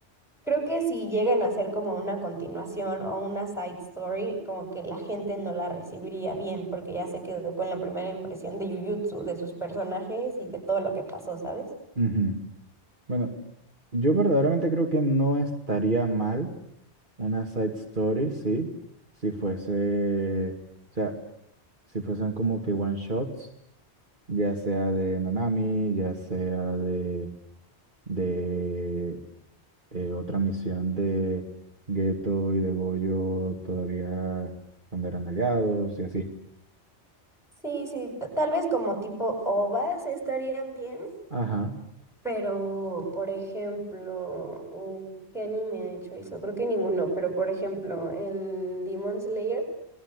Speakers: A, in the centre; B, on the right.
A: creo que si llegan a hacer como una continuación o una side story, como que la gente no la recibiría bien, porque ya se quedó con la primera impresión de Jujutsu, de sus personajes y de todo lo que pasó, ¿sabes?
B: Ujú. Bueno, yo verdaderamente creo que no estaría mal una side story, sí, si fuese, o sea, si fuesen como que one shots, ya sea de Nanami, ya sea de, de eh, otra misión de Geto y de Goyo todavía cuando eran aliados y así.
A: Sí, sí, ta- tal vez como tipo OVAs estarían bien,
B: Ajá.
A: Pero, por ejemplo, mm, ¿qué anime ha hecho eso? Creo que ninguno, pero por ejemplo, en Demon Slayer,